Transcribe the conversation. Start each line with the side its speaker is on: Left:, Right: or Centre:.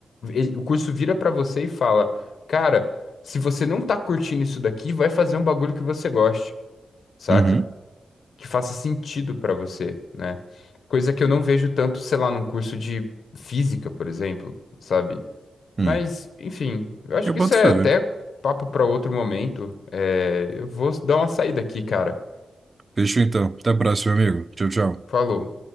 Left: ele- o curso vira pra você e fala, cara, se você não tá curtindo isso daqui, vai fazer um bagulho que você goste, saca?
Right: Uhum,
Left: Que faça sentido pra você, né? Coisa que eu não vejo tanto, sei lá, num curso de física, por exemplo, sabe?
Right: hum.
Left: Mas, enfim, eu acho
Right: Eu
Left: que
Right: boto
Left: isso é
Right: fé,
Left: até
Right: velho.
Left: papo pra outro momento. É, eu vou dar uma saída aqui, cara.
Right: Fechou então. Até a próxima, amigo. Tchau, tchau.
Left: Falou.